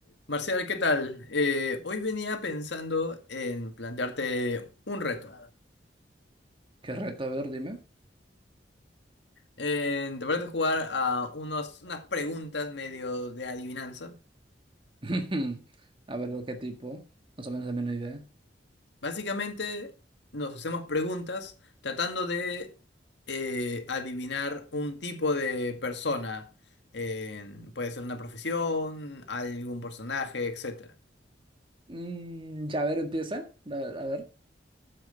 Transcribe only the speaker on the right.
¿Qué reto? A ver, dime.
<laughs> A ver, ¿de qué tipo? Más o menos también una idea.
Mm, ya, a ver, empieza. A ver, a ver.